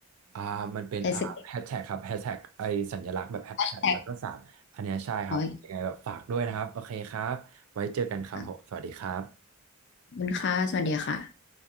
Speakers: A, on the right (about 75°); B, on the left (about 50°).
A: อ่ามันเป็นอ่าแฮชแท็กครับแฮชแท็กไอสัญลักษณ์แบบแฮชแท็กแล้วก็สามอันเนี้ยใช่ครับยังไงแบบฝากด้วยนะครับโอเคครับไว้เจอกันครับผมสวัสดีครับ
B: อะไรสักอย่างแท็กขออีกครั้งขอบคุณค่ะสวัสดีค่ะ